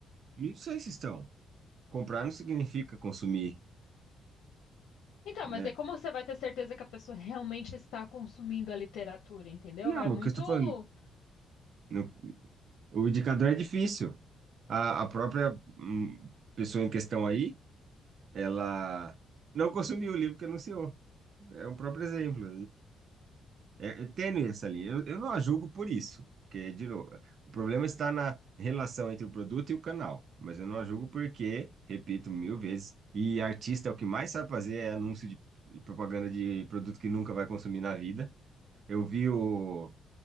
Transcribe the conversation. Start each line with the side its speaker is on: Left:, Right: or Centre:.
Right: E não sei se estão. Comprar não significa consumir,
Left: Então,
Right: né?
Left: mas aí como você vai ter certeza que a pessoa realmente está consumindo a literatura, entendeu?
Right: Não,
Left: É muito.
Right: o que eu estou falando, no- o indicador é difícil. A, a própria hum, pessoa em questão aí, ela não consumiu o livro que anunciou. É um próprio exemplo. É, é tênue essa linha. Eu, eu não a julgo por isso, porque, de novo, o problema está na relação entre o produto e o canal, mas eu não a julgo porque, repito mil vezes, e artista é o que mais sabe fazer é anúncio de e propaganda de produto que nunca vai consumir na vida. Eu vi o